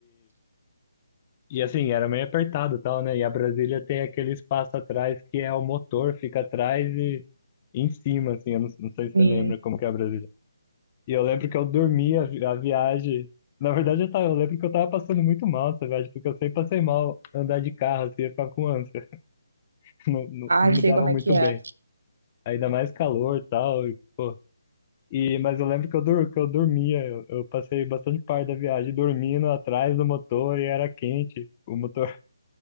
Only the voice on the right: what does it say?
sim.
Ai,
sei
como
é que
é.